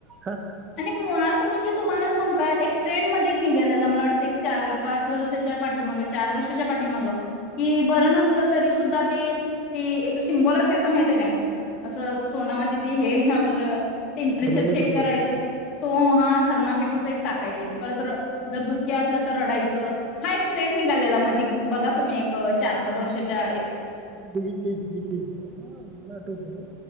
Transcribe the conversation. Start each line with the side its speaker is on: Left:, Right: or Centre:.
Right: हा.
Left: आणि मुळात म्हणजे तुम्हाला सांग का एक ट्रेंड मध्ये निघालेला मला वाटतय. चार-पाच वर्षाच्या पाठी माग चार वर्षाच्या पाठी माग. कि बर नसल तरी. सुद्धा ते ते एक सिम्बॉल असायचं माहिती आहे काय असं. तोंडामध्ये ते हे आपलं टेंपरेचर
Right: थर्मामीटरचा
Left: चेक करायचं. हो हा थर्मा. थर्मामीटरचं एक टाकायचे परत जर दुःखी असलं तर रडाच हा एक ट्रेंड निघालेला मधी बघा तुम्ही. चार पाच वर्षाच्या
Right: अ
Left: एक
Right: बीघीतलय-बिघीतलय हा मला आठवतं.